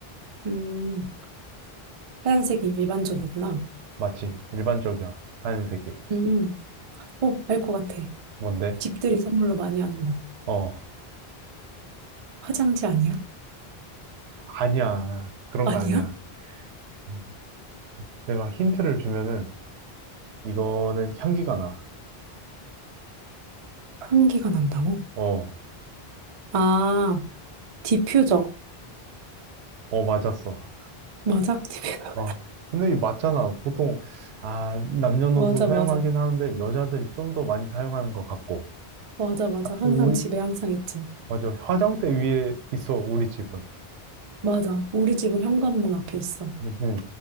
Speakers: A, on the right (about 50°); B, on the right (about 85°).
A: 음, 하얀색이 일반적이구나.
B: 맞지? 일반적이야. 하얀색이.
A: 음, 어, 알 것 같아.
B: 뭔데?
A: 집들이 선물로 많이 하는 거.
B: 어,
A: 화장지 아니야?
B: 아니야. 그런
A: 아니야?
B: 거 아니야. 음, 내가 힌트를 주면은 이거는 향기가 나.
A: 향기가 난다고?
B: 어,
A: 아, 디퓨저.
B: 어 맞았어.
A: 맞아? <laughs> 디퓨저.
B: 어, 근데 이 맞잖아. 보통 아 남녀노소
A: 맞아,
B: 사용하긴
A: 맞아.
B: 하는데 여자들이 좀 더 많이 사용하는 것 같고.
A: 맞아, 맞아.
B: 아,
A: 항상
B: 우리
A: 집에 항상 있지.
B: 맞아. 화장대 위에 있어 우리 집은.
A: 맞아. 우리 집은 현관문 앞에 있어.
B: 음흠.